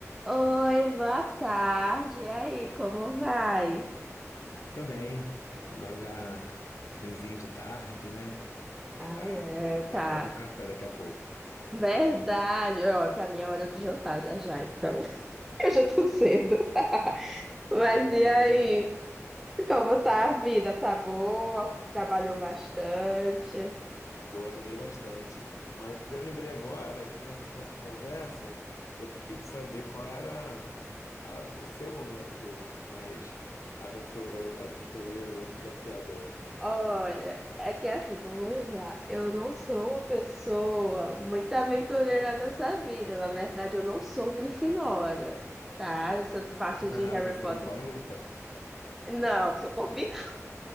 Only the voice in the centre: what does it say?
Oi, boa tarde. E aí, como vai?
Ai,
é, tá.
Verdade. Ó, pra mim é hora do jantar já já, então. <laughs> Eu já tô cedo. <laughs> Mas
e
aí?
Como tá a vida? Tá boa? Trabalhou bastante?
Olha, é que assim, vamos lá. Eu não sou uma pessoa muito aventureira nessa vida. Na verdade, eu não sou Grifinória, tá? Essa parte de
Harry
Potter.
Não, sou convidada.